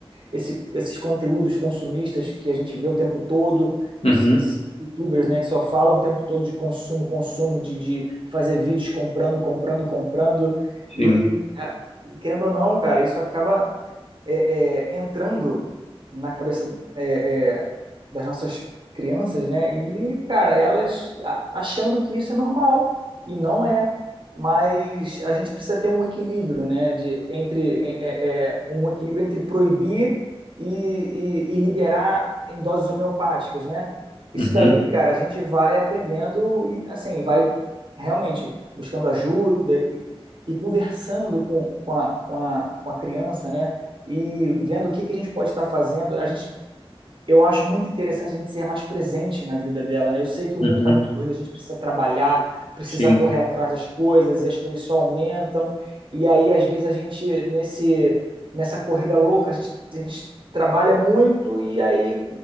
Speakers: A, on the right; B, on the left.
A: esse- esses conteúdos consumistas que a gente vê o tempo todo, os-
B: uhum,
A: esses youtubers, né, que só falam o tempo todo de consumo, consumo, de, de fazer vídeos comprando, comprando, comprando. E,
B: sim,
A: a- querendo ou não, cara, isso acaba é, é, entrando na cabeça é, é, das nossas crianças, né? E, cara, elas a- achando que isso é normal e não é. Mas a gente precisa ter um equilíbrio, né? De, entre é, é, é, um equilíbrio entre proibir e, e- e liberar em doses homeopáticas, né? Isso
B: uhum,
A: daí, cara, a gente vai aprendendo, e, assim, vai realmente buscando ajuda e, e conversando com, com a, com a, com a criança, né? e vendo o que, que a gente pode estar fazendo. A gente eu acho muito interessante a gente ser mais presente na vida dela, né? Eu sei que o
B: uhum,
A: mundo está muito corrido, a gente precisa trabalhar, precisa
B: sim,
A: correr atrás das coisas e as coisas só aumentam. E aí, às vezes, a gente, nesse, nessa corrida louca, a gente, a gente trabalha muito e aí